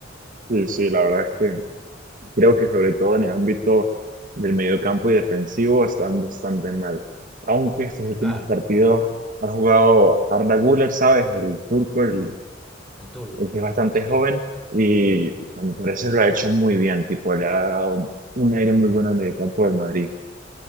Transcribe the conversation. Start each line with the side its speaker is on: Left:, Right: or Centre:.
Right: Sí, sí, la verdad es que creo que sobre todo en el ámbito del mediocampo y defensivo están bastante mal. Aunque estos últimos
Centre: Claro.
Right: partidos ha jugado Arda Güler, ¿sabes? El turco, el,
Centre: El turco.
Right: el que es bastante
Centre: Sí.
Right: joven y a mi parecer lo ha hecho muy bien, tipo, le ha dado un aire muy bueno al mediocampo del Madrid.